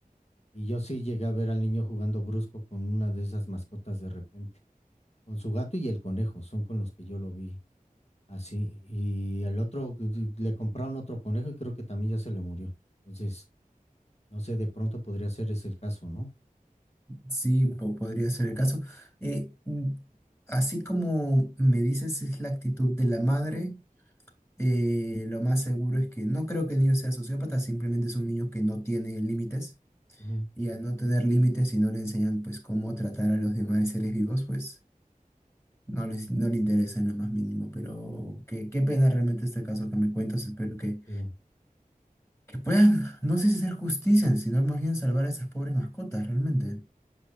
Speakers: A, on the left (about 45°); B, on the left (about 15°).
A: Y yo sí llegué a ver al niño jugando brusco con una de esas mascotas de repente. Con su gato y el conejo, son con los que yo lo vi. Así. Y al otro d- le compraron otro conejo y creo que también ya se le murió. Entonces, no sé, de pronto podría ser ese el caso, ¿no?
B: Sí, po- podría ser el caso. Eh, mm, así como me dices, es la actitud de la madre. eh, lo más seguro es que no creo que el niño sea sociópata, simplemente es un niño que no tiene límites
A: Ujú.
B: y al no tener límites y no le enseñan pues cómo tratar a los demás seres vivos, pues no les, no le interesa en lo más mínimo. Pero qué, qué pena realmente este caso que me cuentas, espero que,
A: Sí.
B: que puedan, no sé si hacer justicia, sino más bien salvar a esas pobres mascotas realmente.